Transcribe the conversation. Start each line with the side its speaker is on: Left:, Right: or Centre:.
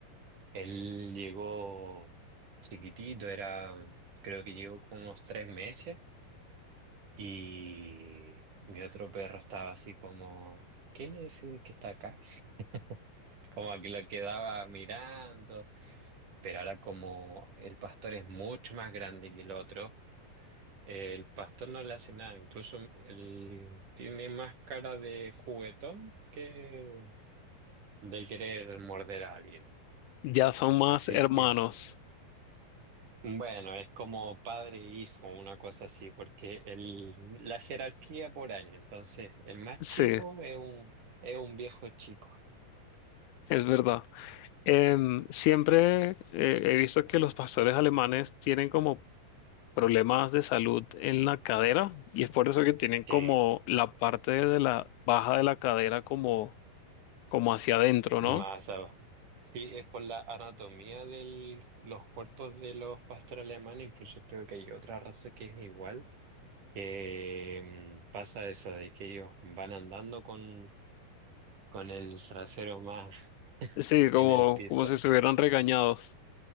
Right: él llegó chiquitito, era, creo que llegó con unos tres meses, y mi otro perro estaba así como, ¿quién es ese que está acá? <laughs> Como que lo quedaba mirando, pero ahora como el pastor es mucho más grande que el otro, el pastor no le hace nada, incluso él tiene más cara de juguetón que de querer morder a alguien.
Left: Ya son más
Right: Así
Left: hermanos.
Right: que, bueno, es como padre e hijo, una cosa así, porque el, la jerarquía por año. Entonces, el más
Left: Sí,
Right: chico es un, es un viejo chico.
Left: es verdad. Em, siempre eh, he visto que los pastores alemanes tienen como problemas de salud en la cadera y es por eso que tienen como
Right: Sí,
Left: la parte de la baja de la cadera como, como hacia adentro,
Right: más.
Left: ¿no?
Right: a- Sí, es por la anatomía de los cuerpos de los pastores alemanes, incluso creo que hay otra raza que es igual que mm, pasa eso de que ellos van andando con, con el trasero más <laughs>
Left: Sí, como,
Right: en el piso.
Left: como si estuvieran regañados.